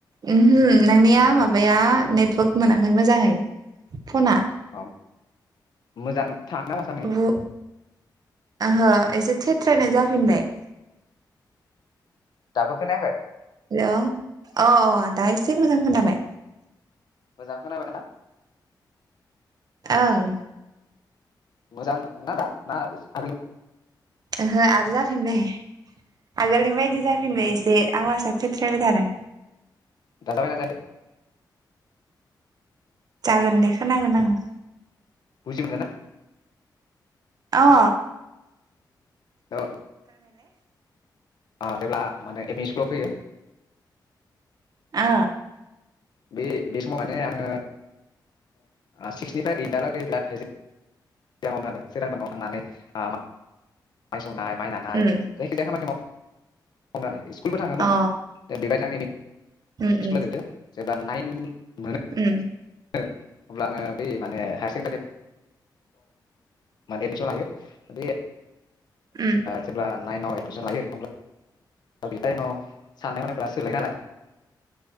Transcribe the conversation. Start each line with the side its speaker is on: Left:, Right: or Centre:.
Right: ओहो नोंनिया माबाया नेटवर्क मोनाखै मोजाङै फना।
Left: अ मोजां <unintelligible>
Right: गु ओहो एसे थेथ्रायनाय जाफिनबाय।
Left: दाबो खोनायाखै?
Right: हेलौ अ दा एसे मोजां खोनाबाय।
Left: मोजां खोनाबायना?
Right: ओं।
Left: मोजां ना दा ना आगोल
Right: ओहो आरो जाफिनबाय। आगोलनि बायदि जाफिनबाय एसे आवाजआ थेथ्रायबाय थादों।
Left: दा जाबाय ना जायाखै?
Right: जागोन दे खोनागोन आङो।
Left: बुजि मोनगोन ना?
Right: अ ओ।
Left: <unintelligible> अ जेब्ला माने एम-इ स्कुलाव फैयो।
Right: आ।
Left: बे बे समाव माने आङो। सिक्सनिफ्राय ओइदआलागै बिरादाइामाव जादों सोरिरांबाव थांनानै <inaudible> नाय माइ नानाय
Right: उम
Left: जायखि जाया खामानि मावो। खम आरो इस। स्कुलबो थाङोमोन
Right: अ
Left: द बेबायदि आंनि।
Right: उम उम
Left: सिख्ला देरदो। सोरबा नाइन मोनो।
Right: उम
Left: अब्लानो बै माने हायार सेकेण्डारि माने एडमिसन लायो बे
Right: उम
Left: जेब्ला नाइनाव इ सन लायो अब्ला <unintelligible> साननाय हनायफ्रा सोलाय नालाय